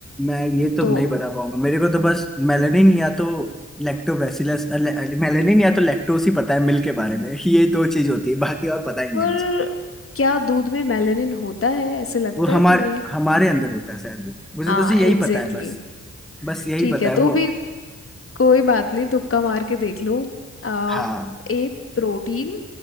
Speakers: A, in the centre; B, on the left.
A: मैं ये तो
B: तो
A: नहीं बता पाऊंगा मेरे को तो बस मेलानिन या तो लैक्टोबैसिलस मेलानिन या तो लैक्टोस ही पता है मिल्क के बारे में ये दो चीज होती है बाकी और पता ही नहीं
B: और
A: है मुझे
B: क्या दूध में मेलानिन होता है ऐसे लगता
A: वो हमारे
B: है तुम्हें
A: हमारे अंदर होता है शायद वो मुझे
B: हाँ
A: बस यही
B: एग्जैक्टली
A: पता है बस बस यही
B: ठीक
A: पता
B: है
A: है
B: तो
A: वो
B: भी कोई बात नहीं तुक्का मार के देख लो आ,
A: हाँ
B: ए प्रोटीन